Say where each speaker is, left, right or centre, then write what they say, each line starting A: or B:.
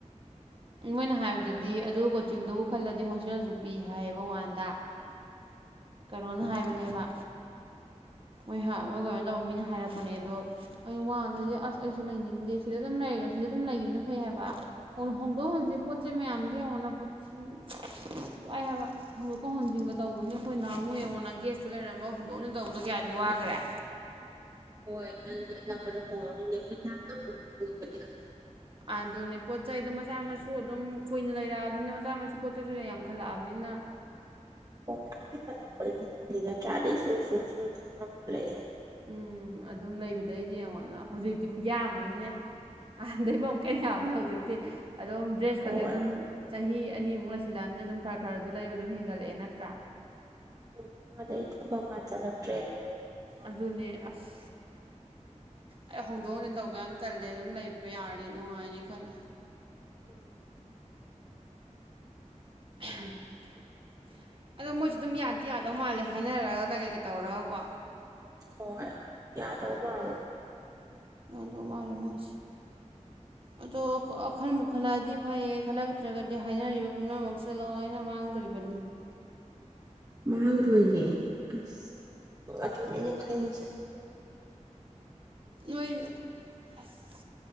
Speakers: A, on the right; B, on the right.
A: ꯃꯣꯏꯅ ꯍꯥꯏꯕꯗꯗꯤ ꯑꯗꯨ ꯀꯣꯆꯤꯡꯗꯨꯕꯨ ꯈꯜꯂꯗꯤ ꯍꯣꯁꯇꯦꯜꯁꯨ ꯄꯤ ꯍꯥꯏꯌꯦꯕ ꯋꯥꯟꯗ ꯀꯩꯅꯣꯅ ꯍꯥꯏꯕꯅꯦꯕ ꯃꯣꯏ ꯃꯣꯏ ꯀꯩꯅꯣꯅ ꯇꯧꯕ ꯃꯤꯅ ꯍꯥꯏꯔꯛꯄꯅꯦ ꯑꯗꯣ ꯑꯩꯅ ꯋꯥꯟꯗꯗꯤ ꯑꯁ ꯑꯩꯁꯨ ꯂꯩꯅꯤꯡꯗꯦ ꯁꯤꯗ ꯑꯗꯨꯝ ꯂꯩꯔ ꯁꯤꯗ ꯑꯗꯨꯝ ꯂꯩꯈꯤꯕꯅ ꯐꯩ ꯍꯥꯏꯕ ꯍꯣꯡꯗꯣꯛ ꯍ‌ꯣꯡꯖꯤꯟ ꯄꯣꯠ ꯆꯩ ꯃꯌꯥꯝꯗꯨ ꯌ‌ꯦꯡꯉ‌ꯣꯅ ꯄꯣꯠꯁꯤ ꯋꯥꯏ ꯍꯥꯏꯕ ꯍꯣꯡꯗꯣꯛꯀ ꯍꯣꯡꯣꯟꯖꯤꯟꯒ ꯇꯧꯕꯅꯤ ꯑꯩꯈꯣꯏ ꯅꯍꯥꯟ ꯑꯃꯨ ꯌ‌ꯦꯉꯣꯅ ꯒꯦꯁꯇ ꯂꯩꯔꯝꯕꯒ ꯍꯣꯡꯗꯣꯛ ꯍ‌ꯣꯡꯖꯤꯟ ꯇꯧꯕꯗ ꯀꯌꯥꯗꯤ ꯋꯥꯈ꯭ꯔꯦ
B: ꯍꯣꯏ ꯅꯪꯗꯤ ꯑꯅꯛꯄꯗ ꯍꯣꯡꯉꯔꯣꯏꯅꯦ <inaudible>
A: ꯑꯗꯨꯅꯤ ꯄꯣꯠ ꯆꯩ ꯗꯨ ꯃꯆꯥ ꯃꯁꯨ ꯁꯨ ꯑꯗꯨꯝ ꯀꯨꯏꯅ ꯂꯩꯔꯛꯑꯕꯅꯤꯅ ꯃꯆꯥ ꯃꯁꯨ ꯄꯣꯠ ꯆꯩꯁꯨ ꯌꯥꯝꯈꯠꯂꯛꯑꯕꯅꯤꯅ
B: ꯍꯣꯏ ꯑꯍꯥꯟꯕ ꯂꯥꯛꯄꯗꯗꯤ ꯌꯥꯝꯗ ꯅꯠꯇ꯭ꯔꯥꯗꯩ ꯁꯨꯝ ꯁꯨꯝ ꯁꯨꯝ ꯁꯨꯝ ꯌꯥꯝꯈꯠꯂꯛꯑꯦ
A: ꯎꯝ ꯑꯗꯨꯝ ꯂꯩꯕꯗꯩꯗꯤ ꯌꯦꯡꯉꯣꯟꯗ ꯍꯧꯖꯤꯛꯇꯤ ꯈꯨ ꯌꯥꯝ ꯑꯃꯅꯦ ꯍꯥꯟꯗꯩꯐꯝ ꯑꯃꯨꯛ ꯀꯩ ꯌꯥꯝꯃꯦ ꯍꯧꯖꯤꯛꯇꯤ ꯑꯗꯨꯝ ꯗ꯭ꯔꯦꯁ ꯈꯁꯦ
B: ꯍꯣꯏ
A: ꯑꯗꯨꯝ ꯆꯍꯤ ꯑꯅꯤꯃꯨꯛ ꯂꯩꯁꯤꯜꯂꯛꯑꯕꯅꯤ ꯑꯗꯨꯝ ꯈꯔ ꯈꯔꯁꯨ ꯂꯩꯕ ꯑꯗꯨꯝ ꯍꯦꯟꯒꯠꯂꯛꯑꯦ ꯅꯠꯇ꯭ꯔꯥ
B: ꯎꯝ ꯑꯗꯩ ꯊꯝꯃ ꯋꯥ ꯆꯠꯂꯒꯦ
A: ꯑꯗꯨꯅꯦ ꯑꯁ ꯑꯩ ꯍꯣꯡꯗꯣꯛ ꯍꯣꯡꯖꯤꯟ ꯇꯧꯕ ꯌꯥꯝ ꯇꯜꯂꯦ ꯑꯗꯨꯝ ꯂꯩꯕ ꯌꯥꯔꯅꯤ ꯅꯨꯡꯉꯥꯏꯅꯤ ꯈꯜꯂꯦ
B: ꯎꯝ
A: <unintelligible> ꯑꯗꯣ ꯃꯣꯏꯁꯨ ꯑꯗꯨꯝ ꯌꯥꯗꯤ ꯌꯥꯗꯧ ꯃꯥꯜꯂꯦ ꯍꯥꯏꯅꯔꯒ ꯀꯩꯀꯩꯀꯩ ꯇꯧꯔꯒꯀꯣ
B: ꯍꯣꯏ ꯌꯥꯗꯧ ꯃꯥꯜꯂꯦ
A: ꯌꯥꯗꯧ ꯃꯥꯜꯂ‌ꯦ ꯃ‌ꯣꯏꯁ‌ꯦ ꯑꯗꯣ ꯈꯟꯕꯨ ꯈꯜꯂꯛꯑꯗꯤ ꯐꯩꯌꯦ ꯈꯜꯂꯛꯇ꯭ꯔꯒꯗꯤ ꯍꯥꯏꯅꯔꯤꯕ ꯄꯨꯝꯅꯃꯛꯁ‌ꯦ ꯂ‌ꯣꯏꯅ ꯃꯥꯡꯗꯣꯔꯤꯕ ꯑꯅꯤ
B: ꯃꯥꯡꯗ‌ꯣꯏꯅ‌ꯦ ꯑꯁ ꯑꯗꯨꯅꯦ ꯑꯩꯅ ꯈꯜꯂꯤꯁ‌ꯦ
A: ꯅꯣꯏ ꯑꯁ